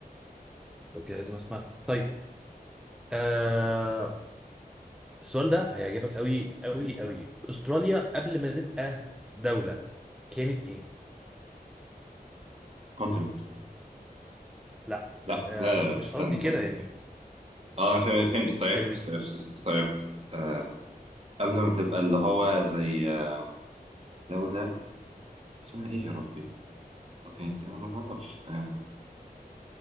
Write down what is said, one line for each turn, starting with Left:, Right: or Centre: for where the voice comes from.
Centre: لو كده لازم اسمعها طيب آه السؤال ده هيعجبك قوي قوي قوي استراليا قبل ما تبقى دولة كانت ايه
Right: كونتنت
Centre: لا
Right: لا
Centre: آه
Right: لا لا لا،
Centre: مش
Right: استنى
Centre: قصدي
Right: استنى
Centre: كده يعني
Right: اه انا فهمت فهمت استوعبت
Centre: كانت بيست...
Right: استوعبت آه قبل ما تبقى اللي هو زي آه، دولة اسمها ايه يا ربي؟ اوكي انا ما اعرفش آه